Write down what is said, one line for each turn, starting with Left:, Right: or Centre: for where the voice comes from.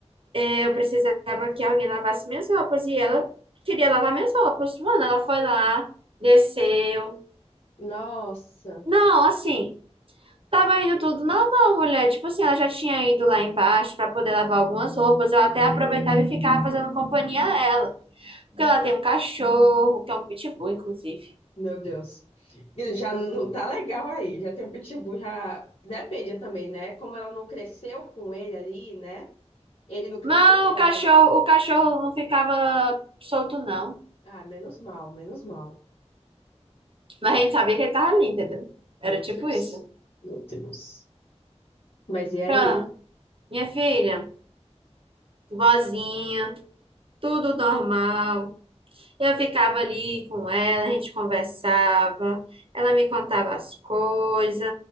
Right: é, eu precisava que alguém lavasse minhas roupas e ela queria lavar minhas roupas. Mano, ela foi lá, desceu.
Left: Nossa,
Right: Não, assim, tava indo tudo normal, mulher. Tipo assim, ela já tinha ido lá embaixo pra poder lavar algumas roupas. Eu até aproveitava e ficava fazendo companhia a ela. Porque ela tem um cachorro, que é um pitbull, inclusive.
Left: meu Deus. Ele Já não tá legal aí, já tem um pitbull, já... Depende também, né? Como ela não cresceu com ele ali, né? Ele não cresceu
Right: Mas
Left: com
Right: o cachorro,
Left: ela, na verdade.
Right: o cachorro não ficava solto, não.
Left: Ah, menos mal, menos mal.
Right: Mas a gente sabia que ele tava ali, entendeu? Era
Left: Meu
Right: tipo
Left: Deus.
Right: isso.
Left: Meu Deus. Mas e aí?
Right: Ah, minha filha, vozinha, tudo normal. Eu ficava ali com ela, a gente conversava, ela me contava as coisas.